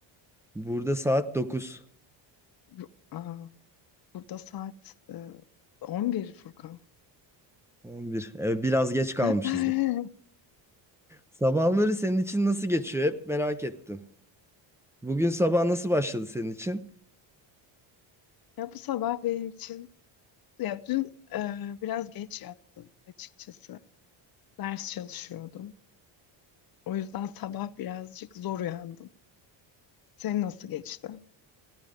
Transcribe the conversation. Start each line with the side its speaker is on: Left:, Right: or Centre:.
Centre: Burada saat dokuz
Left: Bu- Aa, burada saat e, 11 Furkan.
Centre: on bir, Evet, biraz geç kalmışız.
Left: <laughs>
Centre: Sabahları senin için nasıl geçiyor? Hep merak ettim. Bugün sabah nasıl başladı senin için?
Left: Ya bu sabah benim için ya dün e, biraz geç yattım açıkçası. Ders çalışıyordum. O yüzden sabah birazcık zor uyandım. Senin nasıl geçti?